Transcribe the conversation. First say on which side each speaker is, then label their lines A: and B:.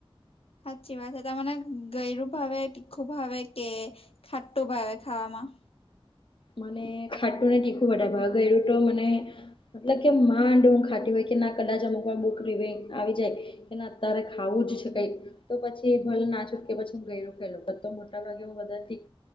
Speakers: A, on the left (about 80°); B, on the left (about 60°).
A: સાચી વાત તમને ગળ્યું ભાવે તીખું ભાવે કે ખાટું ભાવે ખાવામાં
B: મને ખાટું ને તીખું વધારે ભાવે ગળ્યું તો મને મતલબ કે માંડ હું ખાટી હોય કે ના કદાચ અમુક વાર બુકરી આવી જાય એને અત્યારે ખાવું જ છે કંઈક તો પછી ભલ ના છૂટકે પછી હું ગય લખેલો તો મોટા ભાગે હું બધાથી